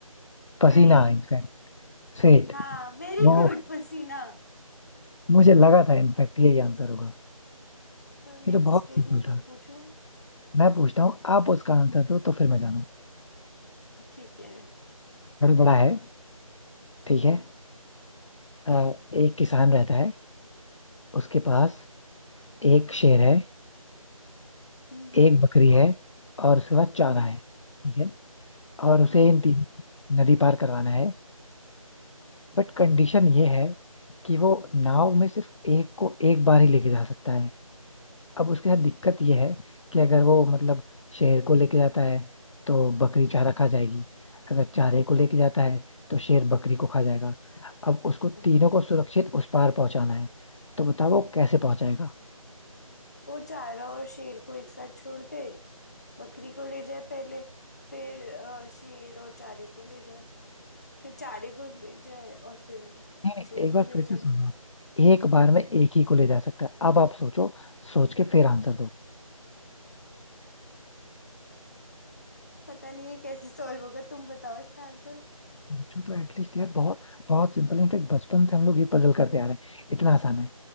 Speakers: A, on the left; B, on the left.
A: पसीना
B: नहीं
A: इनफैक्ट स्वेट
B: हाँ वेरी
A: वो
B: गुड <laughs> पसीना
A: मुझे लगा था इनफैक्ट यही आंसर होगा
B: तो
A: ये
B: नेक्स्ट
A: तो बहुत
B: रिडल
A: सिंपल था
B: तुम पूछो
A: मैं पूछता हूँ आप उसका आंसर दो तो फिर मैं जानू
B: ठीक है
A: थोड़ा बड़ा है ठीक
B: हम्म
A: है अ, एक किसान रहता है उसके पास
B: हम्म
A: एक शेर है
B: हम्म
A: एक बकरी है और उसके पास चारा
B: हम्म
A: है ठीक है और उसे
B: हम्म
A: इन तीनों को नदी पार करवाना है बट कंडीशन ये है कि वो नाव में सिर्फ एक को एक बार ही लेके जा सकता है अब उसके साथ दिक्कत ये है कि अगर वो मतलब शेर को लेके जाता है तो बकरी चारा खा जाएगी अगर चारे को लेके जाता है तो शेर बकरी को खा जाएगा अब उसको
B: हम्म।
A: तीनों को सुरक्षित उस पार पहुंचाना है तो बताओ वो कैसे पहुंचाएगा
B: वो चारा और शेर को एक साथ छोड़ दे बकरी को ले जाए पहले फिर अ, शेर और चारे को ले जाए फिर चारे को ले जाए और फिर
A: नहीं नहीं
B: शेर
A: एक बार
B: को ले
A: फिर
B: जाए
A: से सुन लो आप एक बार में एक ही को ले जा सकता है अब आप सोचो सोच के फिर आंसर दो
B: पता नहीं ये कैसे सॉल्व होगा तुम बताओ इसका आंसर
A: सोचो तो एटलीस्ट यार बहुत बहुत सिंपल इनफेक्ट बचपन से हम लोग ये पजल करते आ रहे हैं इतना आसान है